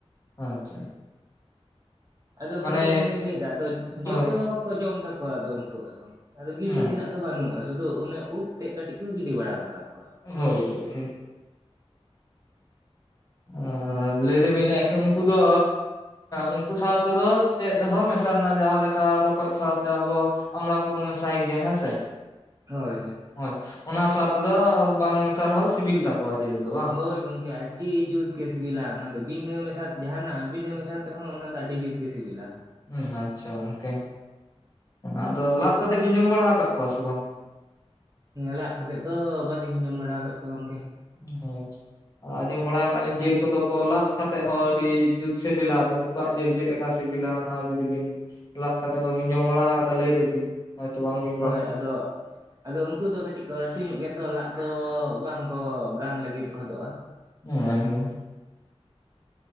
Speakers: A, on the left; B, on the right.
A: ᱚ ᱟᱪᱪᱷᱟ᱾
B: ᱟᱫᱚ
A: ᱢᱟᱱᱮ
B: ᱜᱚᱢᱠᱮ ᱮᱱᱟᱹ ᱞᱤᱧ ᱞᱟᱹᱭᱫᱟ ᱟᱫᱚ
A: ᱦᱳᱭ
B: ᱡᱚᱛᱚ ᱠᱚ ᱡᱚᱢ ᱛᱟᱠᱚᱣᱟ ᱟᱫᱚ ᱩᱱᱠᱩᱣᱟᱜ ᱫᱚ᱾ ᱟᱫᱚ ᱜᱤᱰᱤ
A: ᱟᱪᱪᱷᱟ
B: ᱛᱮᱱᱟᱜ ᱫᱚ ᱵᱟᱹᱱᱩᱜᱼᱟ ᱥᱩᱫᱩ ᱚᱱᱮ ᱩᱵ ᱛᱮᱫ ᱠᱟᱹᱴᱤᱡ ᱠᱚ ᱜᱤᱰᱤ ᱵᱟᱲᱟ ᱠᱟᱛᱟ ᱠᱚᱣᱟ᱾
A: ᱦᱳᱭ <unintelligible> ᱟᱨ ᱞᱟᱹᱭ ᱫᱵᱤᱱ ᱮᱠᱮ ᱩᱱᱠᱩ ᱫᱚ ᱩᱱᱠᱩ ᱥᱟᱶ ᱛᱮᱫᱚ ᱪᱮᱫ ᱦᱚᱸ ᱢᱮᱥᱟ ᱨᱮᱱᱟ ᱡᱟᱦᱟᱸ ᱞᱮᱠᱟ ᱨᱚᱠᱚᱡ ᱥᱟᱶᱛᱮ ᱟᱵᱚ ᱚᱢᱲᱟ ᱠᱚᱵᱚᱱ ᱢᱮᱥᱟᱭ ᱜᱮᱭᱟ ᱦᱮᱸ ᱥᱮ᱾
B: ᱦᱳᱭ ᱦᱳᱭ᱾
A: ᱦᱳᱭ ᱚᱱᱟ ᱥᱟᱶᱛᱮ ᱫᱚ ᱵᱟᱝ ᱢᱮᱥᱟ ᱨᱮᱦᱚᱸ ᱥᱤᱵᱤᱞ ᱛᱟᱠᱚᱣᱟ ᱡᱮᱞ ᱫᱚ ᱵᱟᱝ᱾
B: ᱦᱳᱭ ᱜᱚᱝᱠᱮ ᱟᱹᱰᱤ ᱡᱩᱛᱜᱮ ᱥᱤᱵᱤᱞᱟ ᱚᱱᱟᱫᱚ ᱵᱤᱱᱟᱹ ᱢᱮᱥᱟ ᱡᱟᱦᱟᱱᱟᱜ ᱵᱤᱱᱟᱹ ᱢᱮᱥᱟ ᱛᱮᱦᱚᱸ ᱚᱱᱟ ᱫᱚ ᱟᱹᱰᱤ ᱡᱩᱛᱜᱮ ᱥᱤᱵᱤᱞᱟ᱾
A: ᱦᱩᱸ ᱟᱪᱪᱷᱟ ᱜᱚᱝᱠᱮ, ᱟᱫᱚ ᱞᱟᱫᱽ ᱠᱟᱛᱮᱜ ᱵᱮᱤᱱ ᱡᱚᱢ ᱵᱟᱲᱟ ᱟᱠᱟᱫ ᱠᱚᱣᱟ ᱥᱮ ᱵᱟᱝ?
B: ᱞᱟᱽ ᱠᱟᱛᱮᱫ ᱫᱚ ᱵᱟᱹᱞᱤᱧ ᱡᱚᱢ ᱵᱟᱲᱟ ᱟᱠᱟᱫ ᱠᱚᱣᱟ ᱜᱚᱝᱠᱮ᱾
A: <unintelligible> ᱟᱸᱡᱚᱢ ᱵᱟᱲᱟ ᱟᱠᱟᱜ ᱞᱤᱧ ᱡᱤᱞ ᱠᱚᱫᱚ ᱠᱚ ᱞᱟᱫ ᱠᱟᱛᱮᱜ ᱦᱚᱸ ᱟᱹᱰᱤ ᱡᱩᱛ ᱥᱤᱵᱤᱞᱟ ᱫᱚ ᱠᱚᱣᱟᱜ ᱡᱮᱞ ᱪᱮᱫ ᱞᱮᱠᱟ ᱥᱤᱵᱤᱞᱟ ᱚᱱᱟ ᱡᱩᱫᱤ ᱵᱤᱱ ᱞᱟᱜ ᱠᱟᱛᱮ ᱵᱟᱵᱤᱱ ᱡᱚᱢ ᱵᱟᱲᱟ ᱠᱟᱫᱟ ᱞᱟᱹᱭ ᱫᱟᱵᱤᱱ ᱦᱳᱭ ᱛᱚ ᱵᱟᱝ ᱜᱮ
B: ᱦᱳᱭ ᱟᱫᱚ ᱟᱫᱚ ᱩᱱᱠᱩ ᱫᱚ ᱠᱟᱹᱴᱤᱡ ᱠᱚ ᱞᱟᱹᱴᱩ ᱧᱚᱜ ᱜᱮᱭᱟ ᱛᱚ ᱞᱟᱫ ᱫᱚ ᱵᱟᱝᱠᱚ ᱜᱟᱱ ᱞᱟᱹᱜᱤᱫ ᱦᱚᱫᱚᱜᱼᱟ
A: <unintelligible>